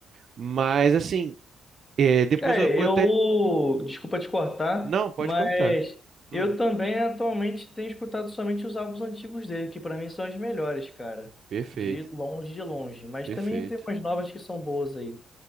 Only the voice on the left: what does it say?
É,
eu,
desculpa te cortar,
mas
eu também atualmente tenho escutado somente os álbuns antigos dele, que pra mim são as melhores, cara.
De longe, de longe. Mas
também tem umas novas que são boas aí